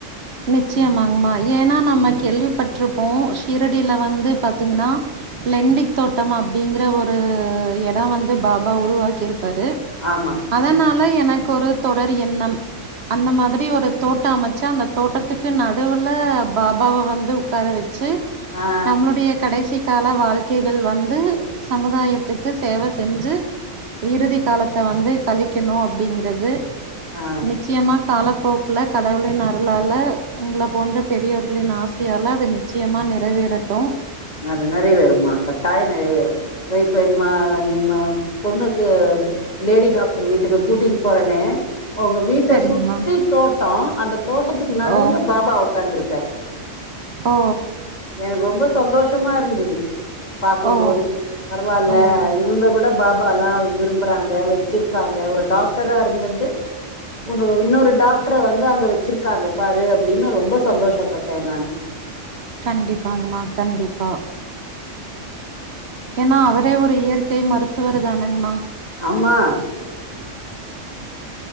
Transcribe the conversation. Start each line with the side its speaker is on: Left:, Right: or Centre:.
Right: நிச்சயமாங்மா ஏன்னா நம்ம
Left: ம்
Right: கேள்விப்பட்டிருப்போ ஷீரடியில வந்து பாத்தீங்கன்னா லெண்டி தோட்டோ அப்டிங்கிற ஒரு எடோ வந்து பாபா உருவாக்கிருப்பாரு
Left: ஆமா
Right: அதனால எனக்கு ஒரு தொடர் எண்ணம் அந்த மாதிரி ஒரு தோட்ட அமைச்சா அந்த தோட்டத்துக்கு நடுவுல பாபாவ வந்து உக்கார வச்சி
Left: ஆ
Right: நம்ளுடைய கடைசி கால வாழ்க்கைகள் வந்து சமுதாயத்துக்கு சேவ செஞ்சு இறுதி காலத்த வந்து கழிக்கணு அப்டிங்கிறது
Left: ஆ
Right: நிச்சிமா காலப்போக்குல கடவுளின் அ அருளால உங்கள போன்ற பெரியவர்களின் ஆசியால அது நிச்சயமா நெறைவேறட்டு
Left: நெற நெறை வேறுமா கட்டாயோ நெறை வேறு இப்ப என்மா என்மா பொண்ணுக்கு லேடி டாக்டர் வீட்டுக்கு கூட்டின்னு போறனு அவுங்க வீட்ட
Right: சரிங்மா
Left: சுத்தி தோட்டோ அந்த தோட்டத்துக்கு நடுவுல
Right: ஓ
Left: பாபா உட்காண்டிருக்காரு
Right: ஓ
Left: எனக்கு ரொம்ப சந்தோஷமா இருந்தது பாக்கும்போது
Right: ஓ
Left: பரவால்ல
Right: ஓ
Left: இவங்க கூட பாபால்லா விரும்புறாங்க வெச்சிருக்காங்க ஒரு டாக்டரா இருந்துண்டு ஒரு இன்னொரு டாக்டர வந்து அங்க வெச்சிருக்காங்க பாரு அப்டின்னு ரொம்ப சந்தோஷப்பட்டே நானு
Right: கண்டிப்பாங்கமா கண்டிப்பா ஏன்னா அவரே ஒரு இயற்கை மருத்துவர் தானங்கமா
Left: ஆம்மா